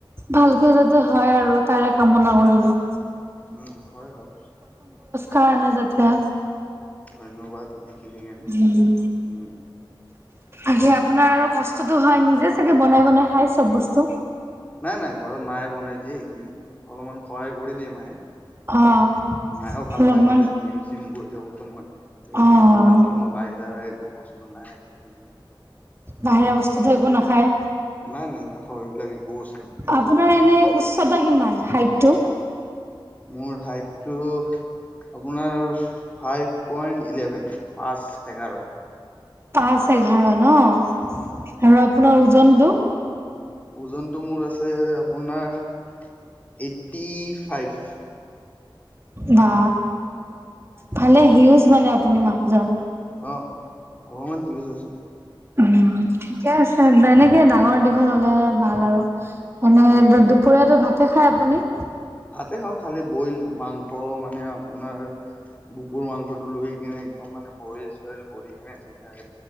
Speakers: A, on the right; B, on the left.
A: ভালকে যাতে। হয় আৰু তাৰে কামনা কৰিলো।
B: উম, হয় - হয়।
A: কাৰ আনে যাতে।
B: ধন্যবাদ। সেইখিনি কাৰণে
A: উম,
B: উম
A: আহি আপোনাৰ আৰু কষ্ট। বস্তুটো হয় নিজে চাগে বনাই বনাই খাই চব বস্তু।
B: নাই - নাই ঘৰত মায়ে বনাই দিয়ে এইখিনি অলপমান সহায় কৰি দিয়ে মায়ে।
A: অ',
B: মায়েও ভাল
A: অলপমান
B: পায় মানে জিম চিম গৈ থাকোতো মই।
A: অ',
B: মাও ভাল পায় মই বাহিৰ‌াৰ একো বস্তু নাই সেইটো কাৰণে।
A: বাহিৰা বস্তুটো একো নাখায়ে।
B: নাই - নাই নাখাও এইবিলাক একো বস্তু।
A: আপোনাৰ এনে উচ্চতা কিমান হাইটটো।
B: মোৰ হাইটটো। আপোনাৰ ফাইভ পইণ্ট ইলেভেন পাঁচ এঘাৰ।
A: পাঁচ এঘাৰ ন আৰু
B: উম
A: আপোনাৰ ওজনটো।
B: ওজনটো মোৰ আছে আপোনাৰ এইটটি ফাইভ।
A: বা ভালে সিউজ মানে আপুনি মানুহজন।
B: অ অলপমান সিউজ আছো।
A: উ ঠিকে আছে এনেকে ডাঙৰ দীঘল হলে ভাল আৰু। মানে
B: উম
A: দুপৰীয়াটো ভাতে খাই আপুনি।
B: ভাতে খাওঁ খালি বইল মাংস মানে আপোনাৰ বুকুৰ মাংসটো লৈ। নে একদম মানে বইল চল গ কিনে ধুনীয়াকে